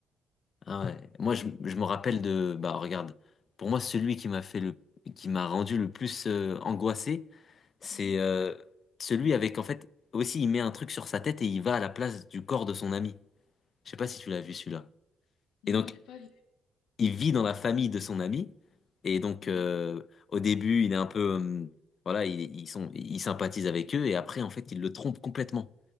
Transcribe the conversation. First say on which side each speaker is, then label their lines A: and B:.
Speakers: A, on the left (about 50°); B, on the left (about 80°).
A: Ah ouais. Moi, je, je me rappelle de, bah, regarde, pour moi, celui qui m'a fait le, qui m'a rendu le plus euh, angoissé, c'est
B: Oui.
A: euh, celui avec, en fait, aussi, il met un truc sur sa tête et il va à la place du corps de son ami. Je sais pas si tu l'as vu celui-là.
B: Non,
A: Et donc,
B: j'ai pas vu.
A: il vit dans la famille de son ami. Et donc,
B: Oui.
A: euh, au début, il est un peu, hum, voilà, il, ils sont, il sympathise avec eux. Et après, en fait, il le trompe complètement.